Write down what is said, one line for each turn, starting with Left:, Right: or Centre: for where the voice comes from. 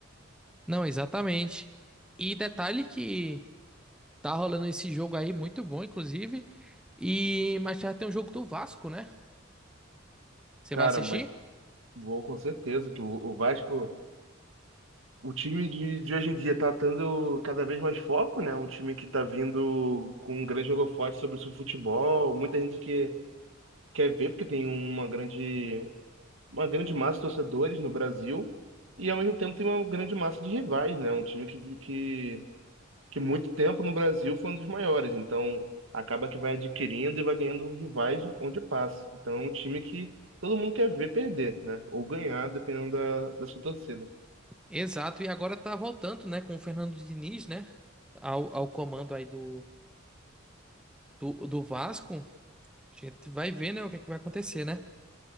Centre: Não, exatamente. E detalhe que. Tá rolando esse jogo aí, muito bom, inclusive. E mais tarde tem um jogo do Vasco, né? Você
Right: Cara,
Centre: vai assistir?
Right: mas vou com certeza que o o Vasco. O time de, de hoje em dia tá tendo cada vez mais foco, né? Um time que tá vindo com um grande holofote sobre o seu futebol. Muita gente que quer ver, porque tem uma grande, uma grande massa de torcedores no Brasil. E ao mesmo tempo tem uma grande massa de rivais, né? Um time que, que, que muito tempo no Brasil foi um dos maiores. Então acaba que vai adquirindo e vai ganhando rivais onde passa. Então é um time que todo mundo quer ver perder, né? Ou ganhar, dependendo da, da sua torcida.
Centre: Exato, e agora tá voltando, né, com o Fernando Diniz, né? Ao, ao comando aí do, do, do Vasco. A gente vai ver, né, o que é que vai acontecer, né?